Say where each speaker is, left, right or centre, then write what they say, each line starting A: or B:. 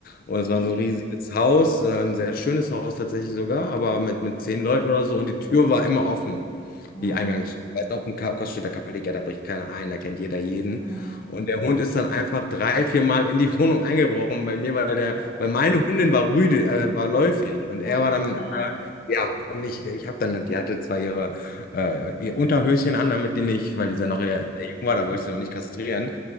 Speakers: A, on the left (about 50°); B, on the left (about 35°).
A: Und
B: Mhm.
A: es war so ein riesiges Haus, äh, ein sehr schönes Haus tatsächlich sogar, aber mit, mit zehn Leuten oder so. Und die Tür war immer offen,
B: Mhm.
A: die Eingangstür. Weißt auch ein Ka- Koststädter Kapadiker, da bricht keiner ein, da kennt jeder jeden.
B: Mhm.
A: Und der Hund ist dann einfach drei, vier Mal in die <laughs> Wohnung eingebrochen bei mir, weil der,
B: Ja.
A: weil meine Hündin war rüde, äh, war läufig und er
B: Ui.
A: war dann
B: Aha.
A: ja, und ich, ich habe dann, die hatte zwar ihre, äh, ihr Unterhöschen an, damit die nicht, weil
B: Mhm.
A: die dann noch sehr sehr jung war, da wollte ich sie noch nicht kastrieren.